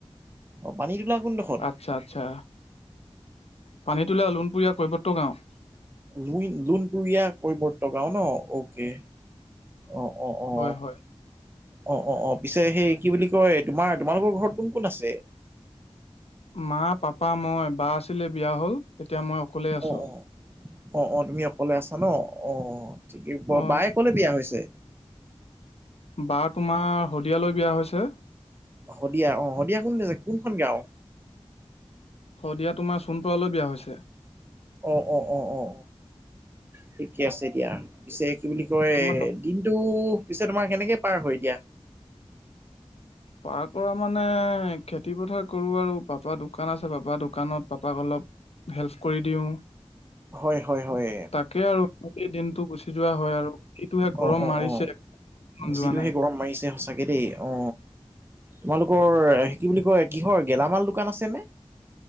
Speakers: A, on the right; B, on the left.
A: অ পানী তোলা কোন দেখ?
B: আচ্ছা আচ্ছা পানী তোলা লোণপুৰীয়া কবত্ত গাঁওত।
A: লুন লুণপুৰীয়া কৈ বৰ্তগাঁও ন অকে। অ অ অ।
B: হয় হয়
A: অ অ অ পিছে সেই কি বুলি কয় তোমাৰ তোমালোকৰ ঘৰত কোন কোন আছে?
B: মা পাপা মই বা আছিলে বিয়া হ'ল এতিয়া মই অকলেই আছোঁ।
A: অ অ অ তুমি অকলে আছা ন অ ঠিকেই
B: অ
A: বাই অকলে বিয়া হৈছে?
B: বাৰ তোমাৰ শদিয়ালৈ বিয়া হৈছে।
A: শদিয়া অ শদিয়া কোনছে কোনখন গাও?
B: শদিয়া তোমাৰ চোণপলৈ বিয়া হৈছে।
A: অ অ অ অ অ ঠিকে আছে দিয়া পিছে কি বুলি কয়
B: তোমাৰ
A: দিনটো পিছেত তোমাৰ সেনেকে পাৰ হয় এতিয়া।
B: পাৰ কৰা মানে খেতি পথাৰ কৰোঁ আৰু পাপাৰ দোকান আছে পাপাৰ দোকানত পাপাক অলপ। হেল্প কৰি দিওঁ।
A: হয় হয় হয়।
B: তাকে আৰু এ দিনটো গুচি যোৱা হয় আৰু যটোহে গৰম
A: অ অ
B: মাৰিছে।
A: অ
B: মন যোৱা
A: যিটোহে গৰম মাৰিছে সঁচাকে। তাকে দেই অ তোমালোকৰ কি বুলি কয় কিহৰ গেলামাল দোকান আছে নে?